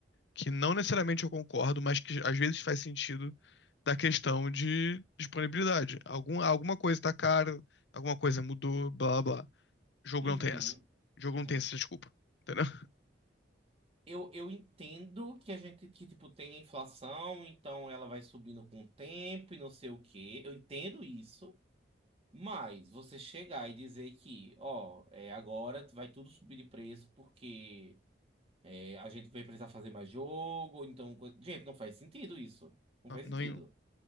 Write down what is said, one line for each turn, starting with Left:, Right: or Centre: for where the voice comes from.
Left: que não necessariamente eu concordo, mas que às vezes faz sentido da questão de disponibilidade. Algum, alguma coisa tá cara, alguma coisa mudou, blá blá. blá. Jogo
Right: Uhum.
Left: não tem essa. Jogo
Right: Uhum.
Left: não tem essa desculpa. Entendeu? <laughs>
Right: Eu, eu entendo que a gente, que, tipo, tem a inflação, então ela vai subindo com o tempo e não sei o quê. Eu entendo isso, mas você chegar e dizer que, ó, é, agora vai tudo subir de preço porque é, a gente vai precisar fazer mais jogo, então... coisa- Gente, não faz sentido isso. Não
Left: Não,
Right: faz sentido,
Left: nenhum.